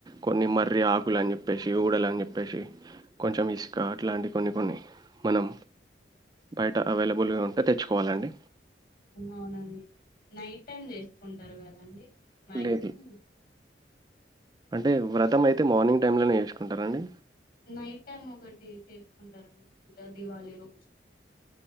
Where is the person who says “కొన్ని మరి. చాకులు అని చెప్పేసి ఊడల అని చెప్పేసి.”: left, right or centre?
Right